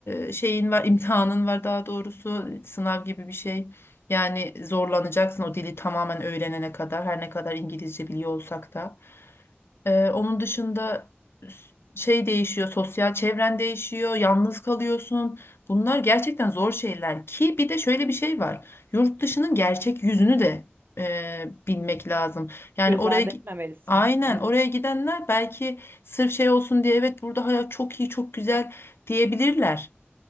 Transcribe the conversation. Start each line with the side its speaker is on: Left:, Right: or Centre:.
Left: e, şeyin var, <laughs> imtihanın var daha doğrusu sınav gibi bir şey. Yani zorlanacaksın o dili tamamen öğrenene kadar her ne kadar İngilizce biliyor olsak da. Ee, onun dışında şey değişiyor, sosyal çevren değişiyor, yalnız kalıyorsun. Bunlar gerçekten zor şeyler ki bir de şöyle bir şey var. Yurt dışının gerçek yüzünü de e, bilmek lazım. Yani
Right: Göz
Left: oraya
Right: ardı
Left: gi-
Right: etmemelisin.
Left: aynen
Right: Evet.
Left: oraya gidenler belki sırf şey olsun diye evet burada hayat çok iyi, çok güzel diyebilirler.